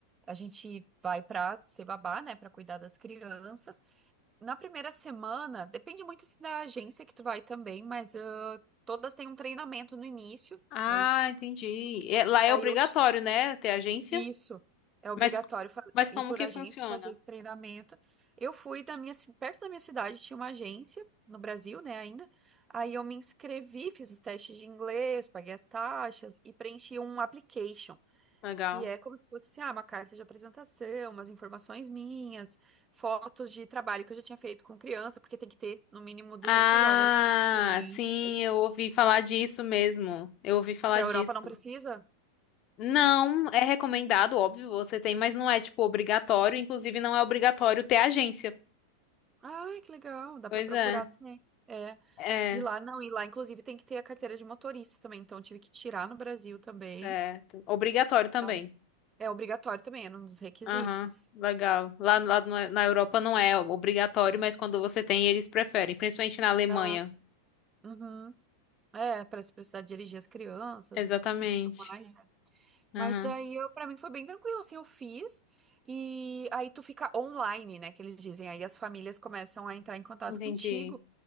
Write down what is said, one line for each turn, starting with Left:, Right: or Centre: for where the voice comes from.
Right: A gente vai pra ser babá, né, Pra cuidar das crianças. Na primeira semana, depende muito se da agência que tu vai também, mas ah, todas têm um treinamento no início.
Left: Ah,
Right: Daí,
Left: entendi. É, Lá é
Right: daí
Left: obrigatório,
Right: eu
Left: né, ter agência?
Right: Isso. É obrigatório
Left: Mas,
Right: fa-
Left: mas como
Right: ir por
Left: que
Right: agência
Left: funciona?
Right: e fazer esse treinamento. Eu fui da minha, ci- perto da minha cidade, tinha uma agência no Brasil, né, ainda. Aí eu me inscrevi, fiz os testes de inglês, paguei as taxas e preenchi um application,
Left: Legal.
Right: que é como se fosse assim, ah, uma carta de apresentação, umas informações minhas, fotos de trabalho que eu já tinha feito com criança, porque tem que ter no mínimo 200
Left: Ah,
Right: horas de experiência.
Left: sim, eu ouvi falar disso mesmo. Eu ouvi falar
Right: Para
Left: disso.
Right: Europa não precisa?
Left: Não, é recomendado, óbvio, você tem, mas não é, tipo, obrigatório. Inclusive, não é obrigatório ter agência.
Right: Ai, que legal, dá
Left: Pois
Right: para procurar
Left: é,
Right: sim. É.
Left: é,
Right: E lá, não, e lá, inclusive, tem que ter a carteira de motorista também. Então, eu tive que tirar no Brasil também.
Left: certo. Obrigatório também.
Right: Aí, é obrigatório também, era um dos requisitos.
Left: Aham, legal. Lá, lá na na Europa não é obrigatório, mas quando você tem, eles preferem, principalmente na Alemanha.
Right: Ah, sim. Uhum. É, para se precisar dirigir as crianças
Left: Exatamente.
Right: e, e tudo mais, né?
Left: Aham,
Right: Mas daí, eu, para mim, foi bem tranquilo, assim, eu fiz. E aí, tu fica online, né, que eles dizem. Aí, as famílias começam a entrar em contato
Left: entendi.
Right: contigo.